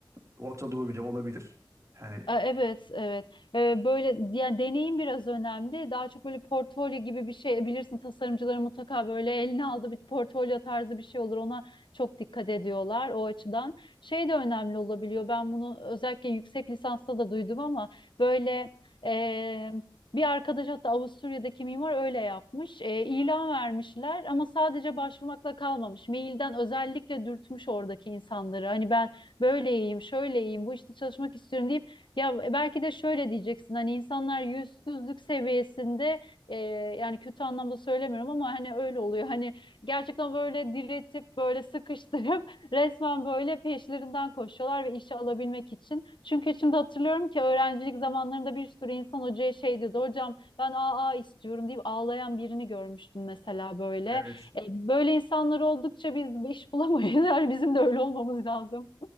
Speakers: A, on the right (about 40°); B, on the left (about 80°).
A: Orta Doğu bile olabilir. Yani
B: E, Evet, evet. E, Böyle yani deneyim biraz önemli. Daha çok böyle portfolyo gibi bir şey bilirsin tasarımcıların mutlaka böyle eline aldığı bir portfolyo tarzı bir şey olur. Ona çok dikkat ediyorlar o açıdan. Şey de önemli olabiliyor. Ben bunu özellikle yüksek lisansta da duydum ama böyle e, bir arkadaş hatta Avusturya'daki mimar öyle yapmış. E, ilan vermişler ama sadece başvurmakla kalmamış. Mailden özellikle dürtmüş oradaki insanları. Hani ben böyleyim, şöyleyim, bu işte çalışmak istiyorum diye ya e, belki de şöyle diyeceksin hani insanlar yüzsüzlük seviyesinde e, yani kötü anlamda söylemiyorum ama hani öyle oluyor. Hani gerçekten böyle diretip böyle sıkıştırıp <laughs> resmen böyle peşlerinden koşuyorlar ve işe alabilmek için. Çünkü şimdi hatırlıyorum ki öğrencilik zamanlarında bir sürü insan hocaya şey diyordu. Hocam ben AA istiyorum deyip ağlayan birini görmüştüm mesela böyle.
A: Evet.
B: E, böyle insanlar oldukça biz iş bulamayız. <laughs> Yani bizim de öyle olmamız lazım.